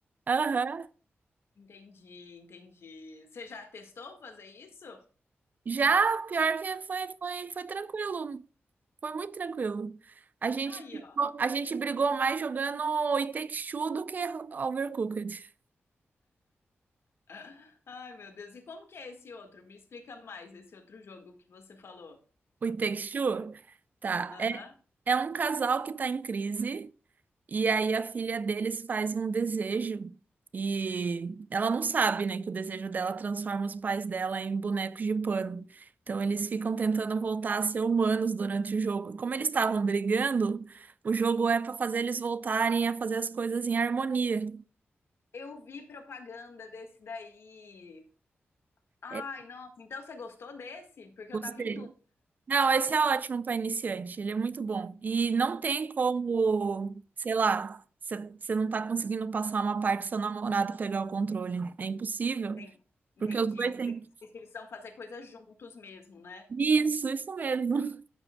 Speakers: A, on the right (about 40°); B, on the left (about 75°).
A: Aham.
B: Entendi, entendi. Você já testou fazer isso?
A: Já pior que foi, foi, foi tranquilo. Foi muito tranquilo. A gente,
B: Aí,
A: brigou-
B: ó.
A: a gente brigou mais jogando o It Takes Two do que Overcooked.
B: <laughs> Ai, meu Deus. E como que é esse outro? Me explica mais esse outro jogo que você falou.
A: O It Takes Two? Tá.
B: Aham.
A: É, é um casal que tá em crise. E aí a filha deles faz um desejo e ela não sabe, né, que o desejo dela transforma os pais dela em bonecos de pano. Então eles ficam tentando voltar a ser humanos durante o jogo. Como eles estavam brigando, o jogo é para fazer eles voltarem a fazer as coisas em harmonia.
B: Eu vi propaganda desse daí. Ai,
A: É,
B: nossa. Então você gostou desse? Porque
A: Gostei.
B: eu tava em
A: Não, esse é ótimo para iniciante, ele é muito bom. E não tem como, sei lá, você você não tá conseguindo passar uma parte do seu namorado pegar o controle. É impossível.
B: Sim, entendi.
A: Porque os dois têm que
B: Vocês precisam fazer coisas juntos mesmo, né?
A: Isso, isso mesmo.